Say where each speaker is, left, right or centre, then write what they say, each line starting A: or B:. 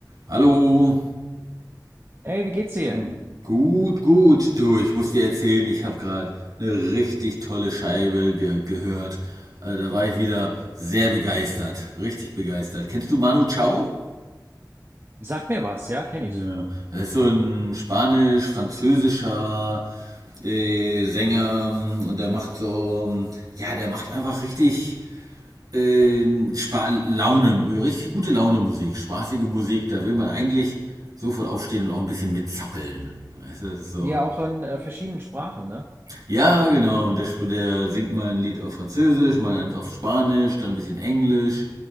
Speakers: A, on the right; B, on the right.
A: Hallo.
B: Ey, wie geht's dir?
A: Nein. Gut, gut. Du, ich muss dir erzählen, ich habe gerade eine richtig tolle Scheibe ge gehört. Also da war ich wieder sehr begeistert, richtig begeistert. Kennst du Manu Chao?
B: Sag mir was, ja, kenne
A: Ja.
B: ich.
A: er ist so ein spanisch-französischer äh, Sänger ähm, und der macht so, ähm, ja, der macht einfach richtig ähm, Spa Laune, richtig gute Laune Musik, spaßige Musik. Da will man eigentlich sofort aufstehen und auch ein bisschen mitzappeln. Weißt du, das ist so.
B: Ja, auch in äh, verschiedenen Sprachen, ne?
A: Ja, genau. Und der, sp- der singt mal ein Lied auf Französisch, mal eins auf Spanisch, dann ein bisschen Englisch.